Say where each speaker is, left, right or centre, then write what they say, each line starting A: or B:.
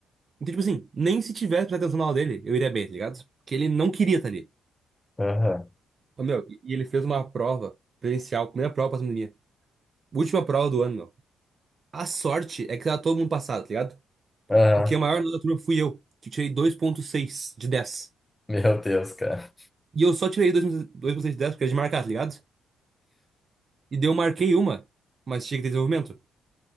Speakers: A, on the right (about 45°); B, on the left (about 20°).
A: Então, tipo assim, nem se tivesse prestado atenção na aula dele, eu iria bem, tá ligado? Porque ele não queria estar ali.
B: Aham.
A: Então, meu, e e ele fez uma prova presencial, primeira prova pra pandemia. Última prova do ano, meu. A sorte é que tava todo mundo passado, tá ligado?
B: Aham.
A: Porque a maior nota da turma fui eu, que tirei dois vírgula seis de dez
B: Meu Deus, cara.
A: E eu só tirei dois dois por cento de 10 porque era de marcar, tá ligado? E daí eu marquei uma, mas tinha que ter desenvolvimento.